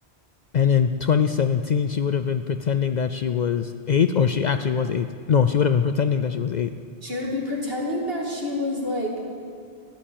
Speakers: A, on the left (about 55°); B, on the right (about 65°).
A: And in 2017, she would have been pretending that she was eight, or she actually was eight. No, she would have been pretending that she was eight.
B: She would be pretending that she was like,